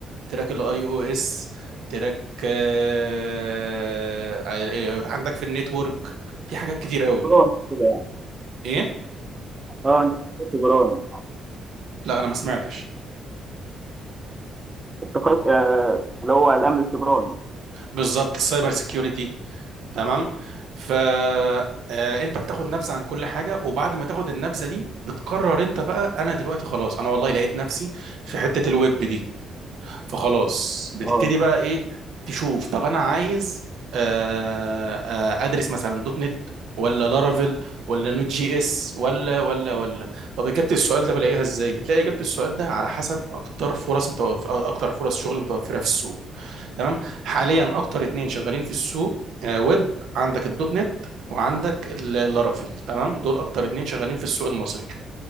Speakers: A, on the right (about 75°); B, on the right (about 20°).
A: تراك الاي او اس تراك آه عندك في النتورك في حاجات كتير قوي
B: بران كده يعني
A: ايه
B: اه انت سيبراني
A: لا انا ما سمعتش
B: التقاط آه اللي هو الامن السيبراني
A: بالظبط السايبر سيكيورتي تمام فانت بتاخد نبذه عن كل حاجه وبعد ما تاخد النبذه دي بتقرر انت بقى انا دلوقتي خلاص انا والله لقيت نفسي في حته الويب دي فخلاص بتبتدي
B: اه
A: بقى ايه تشوف طب انا عايز آه، آه، ادرس مثلا دوت نت ولا لارافيل ولا نوت جي اس ولا ولا ولا طب اجابه السؤال ده بلاقيها ازاي بتلاقي اجابه السؤال ده على حسب اكتر فرص متوف... اكتر فرص شغل متوفره في السوق تمام حاليا اكتر اتنين شغالين في السوق آه، ويب عندك الدوت نت وعندك اللارافيل تمام دول اكتر اتنين شغالين في السوق المصري